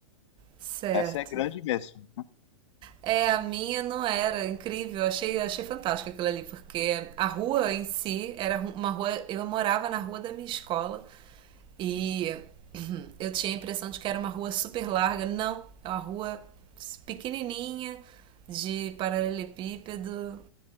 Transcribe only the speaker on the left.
Essa é grande mesmo.